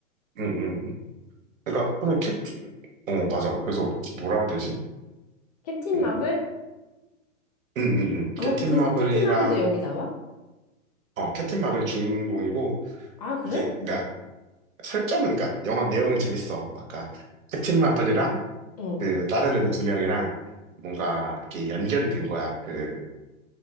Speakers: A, on the right (about 75°); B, on the left (about 30°).
A: 응, 응. 그러니까, 근데
B: 음.
A: 캡, 어, 맞아. 그래서 뭐라 해야 되지?
B: 캡틴
A: 응,
B: 마블?
A: 응, 응, 응. 캡틴
B: 거기, 그,
A: 마블이랑,
B: 캡틴 마블도 여기 나와?
A: 어, 캡틴 마블이 주인공이고,
B: 아, 그래?
A: 이게, 그러니까, 설정은, 그러니까, 영화 내용은 재밌어. 아까, 캡틴 마블이랑,
B: 어.
A: 그, 다른 애들 두 명이랑, 뭔가, 이렇게 연결이 된 거야. 그,